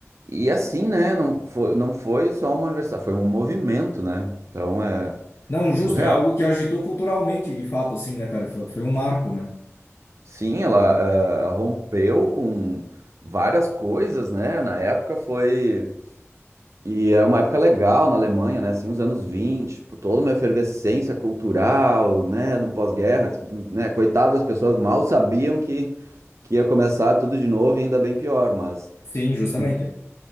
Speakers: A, on the right; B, on the left.
A: e assim, né, não foi, não foi só uma universidade, foi um movimento, né? Então é
B: Não, justo,
A: é surreal.
B: é algo que agitou culturalmente, de fato, assim, né, cara? Foi, foi um marco, né?
A: Sim, ela ah, rompeu com várias coisas, né? Na época foi. E é uma época legal na Alemanha, né? Assim, os anos 20, tipo, toda uma efervescência cultural, né? Do pós-guerra, tipo, né? Coitado, as pessoas mal sabiam que, que ia começar tudo de novo e ainda bem pior, mas.
B: Sim, justamente.
A: en-